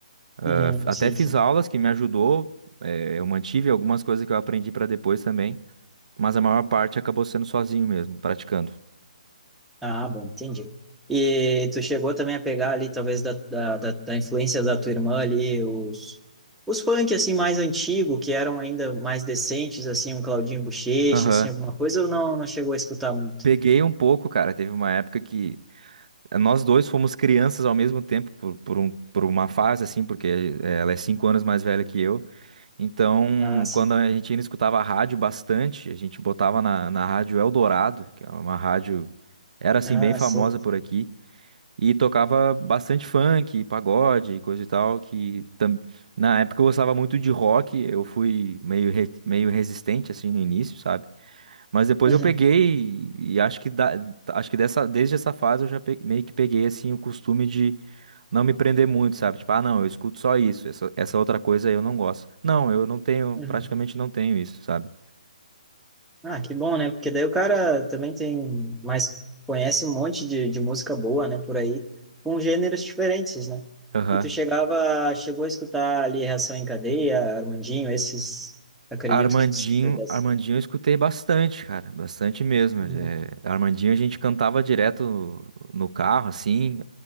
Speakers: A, on the right; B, in the centre.
A: Eh,
B: Uhum,
A: Até
B: sim,
A: fiz
B: sim.
A: aulas que me ajudou, eh, eu mantive algumas coisas que eu aprendi pra depois também, mas a maior parte acabou sendo sozinho mesmo, praticando.
B: Ah, bom, entendi. E tu chegou também a pegar ali, talvez, da, da, da, da influência da tua irmã ali, os, os funk, assim, mais antigo, que eram ainda mais decentes, assim, um Claudinho Buchecha,
A: Aham.
B: assim, alguma coisa, ou não, não chegou a escutar muito?
A: Peguei um pouco, cara. Teve uma época que Nós dois fomos crianças ao mesmo tempo por, por, um, por uma fase, assim, porque eh, ela é cinco anos mais velha que eu. Então,
B: Ah, sim.
A: quando a gente ainda escutava a rádio bastante, a gente botava na, na rádio Eldorado, que é uma rádio, era assim,
B: Ah,
A: bem famosa
B: sim.
A: por aqui. E tocava bastante funk, pagode, e coisa e tal, que tam- na época eu gostava muito de rock, eu fui meio, re- meio resistente assim no início, sabe? Mas depois
B: Uhum,
A: eu peguei e acho que da- acho que dessa desde essa fase eu já pe- meio que peguei assim o costume de não me prender muito, sabe? Tipo, ah, não, eu escuto só isso, essa, essa outra coisa eu não gosto. Não, eu não tenho,
B: uhum.
A: praticamente não tenho isso, sabe?
B: Ah, que bom, né? Porque daí o cara também tem mais, conhece um monte de, de música boa, né, por aí, com gêneros diferentes, né?
A: Aham.
B: E tu chegava, chegou a escutar ali Reação em Cadeia, Armandinho, esses, acredito
A: Armandinho,
B: que tu seja dessa.
A: Armandinho eu escutei bastante, cara, bastante mesmo.
B: Uhum.
A: É, Armandinho a gente cantava direto no, carro, assim.